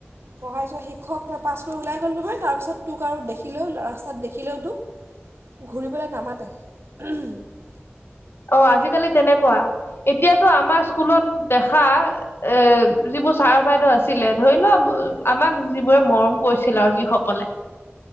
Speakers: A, on the right; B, on the left.
A: পঢ়াই যোৱা শিক্ষক এতিয়া পাছ কৰি ওলাই গ'ল নহয় তাৰপিছত তোক আৰু দেখিলেও ৰাস্তাত দেখিলেও তোক ঘূৰিবলৈ নামাতে। হয়। <unintelligible>
B: অ আজিকালি তেনেকুৱা, এতিয়াতো আমাৰ স্কুলত দেখা এ যিবোৰ ছাৰ বাইদেউ আছিলে ধৰি লোৱা। আমাক যিবোৰে মৰম কৰিছে। চিলও যিসকলে।